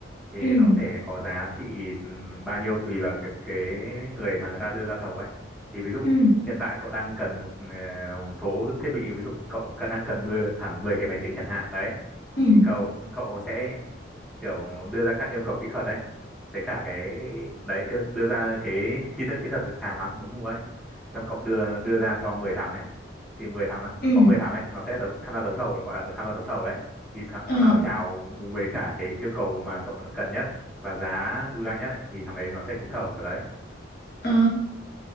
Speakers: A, in the centre; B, on the left.
A: thì
B: ừ
A: nó có thể có giá trị ừm, bao nhiêu tùy vào cái, cái người mà người ta đưa ra thầu ấy thì ví dụ
B: ừ
A: hiện tại cậu đang cần một ờ, số thiết bị ví dụ cậu cần- đang cần 10 hẳn 10 cái máy tính chẳng hạn đấy
B: ừ
A: thì cậu cậu sẽ kiểu đưa ra các yêu cầu kỹ thuật đấy với cả cái đấy yêu- đưa ra cái chi tiết kỹ thuật hàng hóa cậu muốn mua ấy xong cậu đưa đưa ra cho 10 thằng ấy thì mười thằng nó-
B: ừ
A: có 10 thằng ấy nó sẽ đấu, tham gia đấu thầu gọi là tham gia đấu thầu đấy thì thằng,
B: ờ
A: thằng nào chào đúng với cả cái yêu cầu mà cậu đã cần nhất và giá ưu đãi nhất ấy, thì thằng đấy nó sẽ trúng thầu kiểu đấy
B: Ờ,